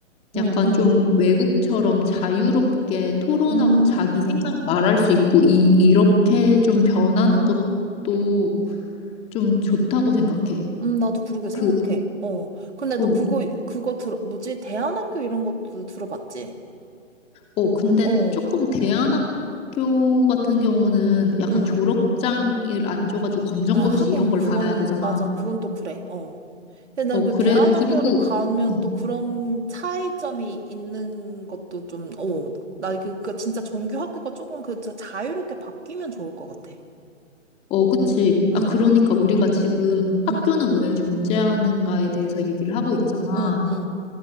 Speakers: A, on the right (about 60°); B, on the left (about 15°).
A: 음,
B: 약간
A: 음,
B: 좀 외국처럼 자유롭게 토론하고
A: 음,
B: 자기 생각 말할 수 있고 이, 이렇게 좀 변하는 것도 좀 좋다고 생각해.
A: 음, 나도 그러게 생각해.
B: 그,
A: 어. 근데 너
B: 어,
A: 그거, 그거 들어, 뭐지? 대안학교 이런 것도 들어봤지?
B: 어, 근데
A: 어,
B: 조금 대안학교 같은 경우는 약간
A: 응.
B: 졸업장을 안 줘가지고 검정고시
A: 아, 하긴,
B: 이런 걸
A: 그건,
B: 봐야 되잖아.
A: 맞아. 그건 또 그래. 어. 근데
B: 어,
A: 난 그
B: 그래,
A: 대안학교를
B: 그리고
A: 가면
B: 어,
A: 또 그런 차이점이 있는 것도 좀, 어. 나 그, 그 진짜 정규 학교가 조금 그 자- 자유롭게 바뀌면 좋을 것 같아.
B: 어, 그치.
A: 응,
B: 아, 그러니까 우리가 지금 학교는
A: 응,
B: 왜 존재하는가에 대해서 얘기를 하고 있잖아.
A: 응, 응,